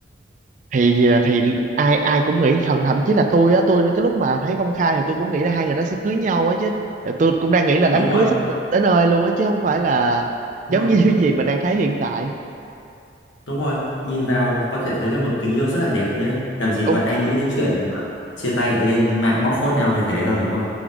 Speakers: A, on the right (about 40°); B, on the left (about 85°).
A: thì ờ, thì ai ai cũng nghĩ thậm thậm chí là tôi á tôi cái lúc mà thấy công khai thì tôi cũng nghĩ là hai người đó sẽ cưới nhau á chứ Ờ, tôi cũng đang nghĩ là đám
B: đúng
A: cưới
B: rồi
A: sắp gần tới nơi luôn á chứ không phải là giống
B: đúng rồi
A: như <laughs> những gì mình đang thấy hiện tại
B: đúng rồi. nhìn vào có thể thấy là một tình yêu rất là đẹp nhá làm gì
A: đúng
B: có ai nghĩ đến chuyện mà chia tay lại lên mạng bóc phốt nhau như thế đâu đúng không